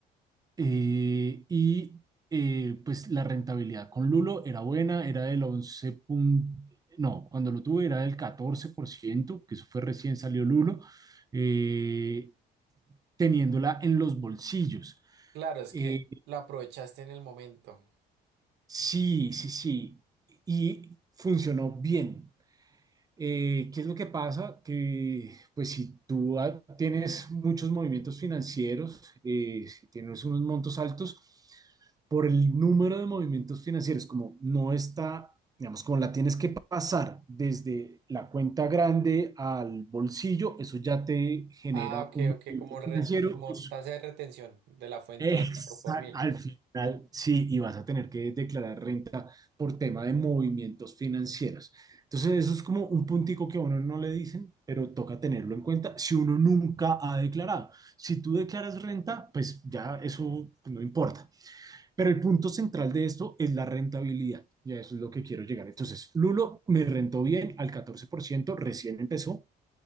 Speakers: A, on the right; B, on the right.
A: eh, y eh, pues la rentabilidad con Lulo era buena, era del 11 punto no, cuando lo tuve era del catorce por ciento que eso fue recién salió Lulo, eh, teniéndola en los bolsillos.
B: Claro, es
A: Eh,
B: que la aprovechaste en el momento.
A: sí, sí, sí, y funcionó bien. Eh, ¿qué es lo que pasa? Que pues si tú ah, tienes muchos movimientos financieros, eh, si tienes unos montos altos, por el número de movimientos financieros, como no está, digamos, como la tienes que pasar desde la cuenta grande al bolsillo, eso ya te genera
B: Ah, ok,
A: un movimiento
B: ok, como, ren-
A: financiero.
B: como
A: Eso,
B: tasa de retención de la fuente
A: Exacto,
B: y el 4 por mil.
A: al final sí, y vas a tener que declarar renta por tema de movimientos financieros. Entonces, eso es como un puntico que a uno no le dicen, pero toca tenerlo en cuenta si uno nunca ha declarado. Si tú declaras renta, pues ya eso no importa. Pero el punto central de esto es la rentabilidad. Y a eso es lo que quiero llegar. Entonces, Lulo me rentó bien al 14%, recién empezó,